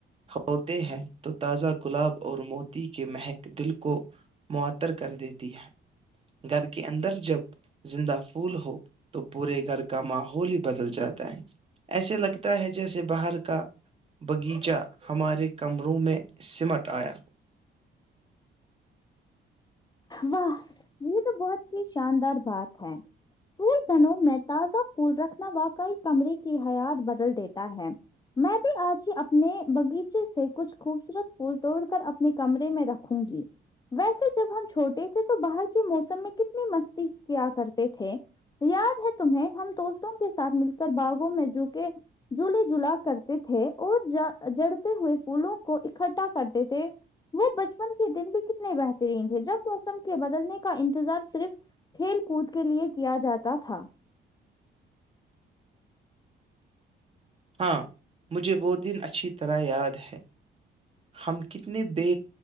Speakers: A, on the right; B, on the left.
A: ہوتے ہیں تو تازہ گلاب اور موتی کے مہک دل کو معطر کر دیتی ہے گھر کے اندر جب زندہ پھول ہو تو پورے گھر کا ماحول ہی بدل جاتا ہے ایسے لگتا ہے جیسے باہر کا باغیچہ ہمارے کمروں میں سمٹ آیا <inaudible>
B: واہ یہ تو بہت ہی شاندار بات ہے پھول دنوں میں تازہ پھول رکھنا واقعی کمرے کی حیات بدل دیتا ہے میں بھی آج ہی اپنے باغیچے سے کچھ خوبصورت پھول توڑ کر اپنے کمرے میں رکھوں گی ویسے جب ہم چھوٹے تھے تو باہر کے موسم میں کتنی مستی کیا کرتے تھے یاد ہے تمہیں ہم دوستوں کے ساتھ مل کر باغوں میں جو کے جلے جلا کرتے تھے اور ج جڑتے ہوئے پھولوں کو اکٹھا کرتے تھے وہ بچپن کے دن بھی کتنے بہترین تھے جب موسم کے بدلنے کا انتظار صرف کھیل کود کے لیے کیا جاتا تھا
A: ہاں مجھے وہ دن اچھی طرح یاد ہے ہم کتنے بے